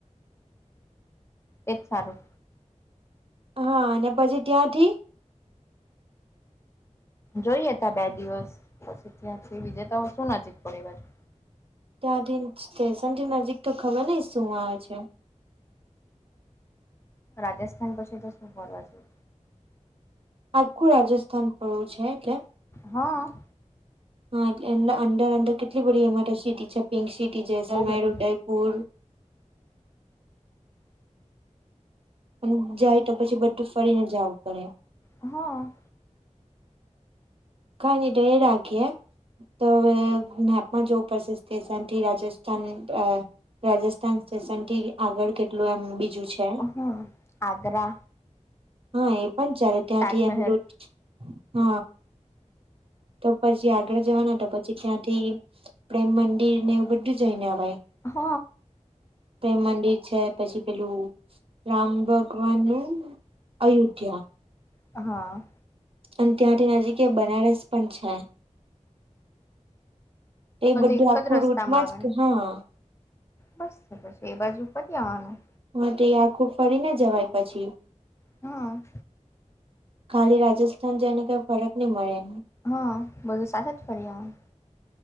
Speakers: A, on the left; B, on the right.
A: એ જ સારું.
B: હા અને પછી ત્યાંથી
A: જોઈએ ત બે દિવસ પછી ત્યાંથી વિ જેતો શું નજીક પડે એ બાજુ.
B: ત્યાંથી સ્ટેશન થી નજીક તો ખબર નઈ શું આવે છે?
A: રાજસ્થાન પછી તો શું કરવા જઈએ.
B: આખું રાજસ્થાન પળવું છે એટલે.
A: હ
B: હા એટલે અન્દર અન્દર કેટલી બડી અમારે સિટી છે, પિંક સિટી છે, જસલમેર,
A: બહુ બધું
B: ઉદયપુર,.... અને જાય તો પછી બધું ફળીને જવું પડે.
A: હ
B: કઈની ત એ રાખીએ તો અવે મેપમાં જોવું પડશે સ્થેશનથી રાજસ્થાન અ રાજસ્થાન સ્ટેશનથી આગળ કેટલું એમ બીજું છે?
A: હમ આગ્રા
B: એ હ એ પણ ચાલે ત્યાંથી
A: તાજમહેલ
B: એમ રુ હ તો પસી આગળ જવાના તો પછી ત્યાંથી પ્રેમ મંદિર ને એવું બઢુ જઈને અવાય.
A: હ
B: તે મંદિર છે, પછી પેલું રામ ભગવાન નું અયોધ્યા
A: હા.
B: અને ત્યાંથી નજીક એ બનારસ પણ છે. એ બધું
A: એક
B: આખું
A: જ રસ્તામાં
B: રૂટમાં જ
A: આવે
B: કે,
A: ને
B: હા
A: બસ સરસ એ બાજુ ફરી આવાનું.
B: વધે એ આખું ફરી ના જવાય પછી.
A: હ.
B: ખાલી રાજસ્થાન જઈને કઈ ફરક નઈ મડે.
A: હ, બધું સાથે જ ફરી આવાય.